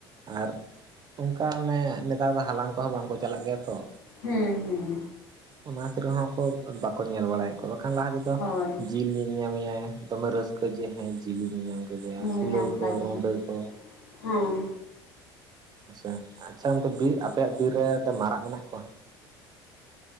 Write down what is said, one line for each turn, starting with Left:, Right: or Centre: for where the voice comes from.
Right: ᱟᱨ <inaudible> ᱚᱱᱠᱟ ᱚᱱᱮ ᱱᱮᱛᱟᱨ ᱫᱚ ᱦᱟᱞᱟᱝ ᱠᱚᱦᱚᱸ ᱵᱟᱝᱠᱚ ᱪᱟᱞᱟᱜ ᱜᱮᱭᱟ ᱛᱚ,
Left: ᱦᱮᱸ ᱻᱦᱮᱸ᱾
Right: ᱚᱱᱟᱛᱮ ᱨᱮᱦᱚᱸ ᱠᱚ ᱵᱟᱠᱚ ᱧᱮᱞ ᱵᱟᱲᱟᱭᱮᱫ ᱠᱚᱣᱟ ᱵᱟᱠᱷᱟᱱ ᱞᱟᱦᱟ ᱛᱮᱫᱚ
Left: ᱦᱳᱭ᱾
Right: ᱡᱤᱞ ᱤᱧ ᱧᱟᱢᱮᱭᱟ ᱫᱚᱢᱮ ᱨᱟᱹᱥᱠᱟᱹ ᱡᱮ ᱦᱮᱸ ᱡᱤᱞ ᱤᱧ ᱧᱟᱢ ᱠᱮᱫᱮᱭᱟ,
Left: ᱧᱮᱞ
Right: ᱠᱩᱞᱟᱹᱭ
Left: ᱧᱟᱢ
Right: ᱠᱚ
Left: ᱠᱟᱫᱤᱧ
Right: ᱨᱩᱰᱟᱹ ᱠᱚ
Left: ᱦᱮᱸ
Right: ᱟᱪᱪᱷᱟ ᱟᱪᱪᱷᱟ ᱚᱱᱛᱮ ᱵᱤᱨ ᱟᱯᱮᱭᱟᱜ ᱵᱤᱨ ᱨᱮ ᱚᱱᱛᱮ ᱢᱟᱨᱟᱜ ᱢᱮᱱᱟᱜ ᱠᱚᱣᱟ